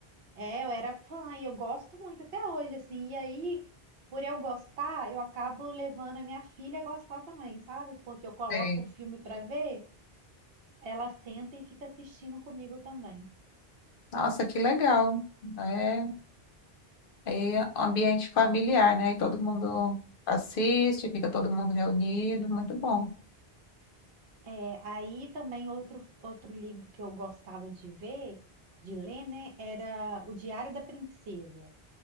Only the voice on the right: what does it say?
É, eu era fã e eu gosto muito até hoje, assim. E aí, por eu gostar, eu acabo levando a minha filha a gostar também, sabe? Porque eu coloco
o filme pra ver, ela senta e fica assistindo comigo também.
É, aí também outro, outro livro que eu gostava de ver, de ler, né, era O Diário da Princesa.